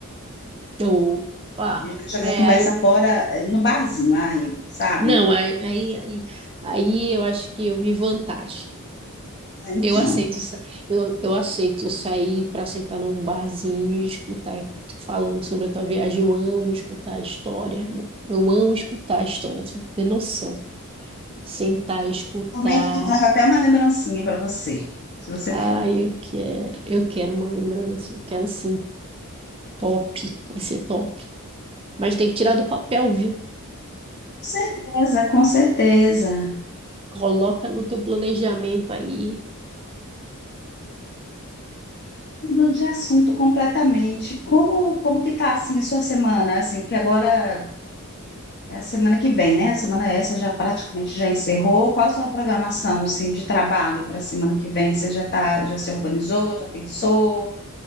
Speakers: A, on the right; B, on the left.
A: opa,
B: A gente vai jogar
A: é,
B: a conversa
A: aí,
B: fora eh, no barzinho, aí, sabe?
A: não, aí, aí, aí, aí eu acho que eu vi vantagem.
B: Ah, Então,
A: Eu aceito, sa- eu, eu aceito sair para sentar num barzinho e escutar tu falando sobre a tua viagem. Eu amo escutar a história, né? Eu amo escutar a história, tu não tem noção. Sentar e escutar.
B: momento que trago até uma lembrancinha para você, se você
A: Ai,
B: for.
A: eu quero, eu quero uma lembrança, eu quero sim, top, vai ser top. Mas tem que tirar do papel, viu?
B: Com certeza, com certeza.
A: Coloca no teu planejamento aí.
B: Mudando de assunto completamente. Como, como que tá assim a sua semana? Assim, que agora É a semana que vem, né? A semana essa já praticamente já encerrou. Qual a sua programação, assim, de trabalho para a semana que vem? Você já tá, já se organizou, já pensou?